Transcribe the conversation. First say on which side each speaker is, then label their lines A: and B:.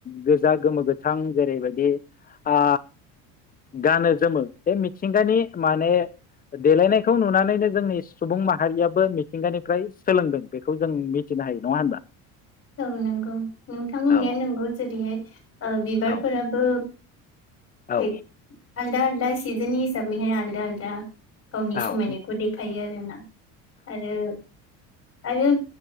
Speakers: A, on the left (about 25°); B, on the left (about 45°).
A: गोजा गोमो गोथां जेरैबायदि ओ गानो जोमो बे मिथिंगानि माने देलायनायखौ नुनानैनो जोंनि सुबुं माहारियाबो मिथिंगानिफ्राय सोलोंदों बेखौ जों मिथिनो हायो नङा होनबा।
B: औ नंगौ नोंथां बुनाया
A: औ
B: नंगौ जेरैहाय ओ बिबारफोराबो
A: औ औ
B: दै आलदा आलदा सिजननि सै आलदा आलदा गावनि समायनायखौ
A: औ
B: देखायो आरो। ना। आरो आरो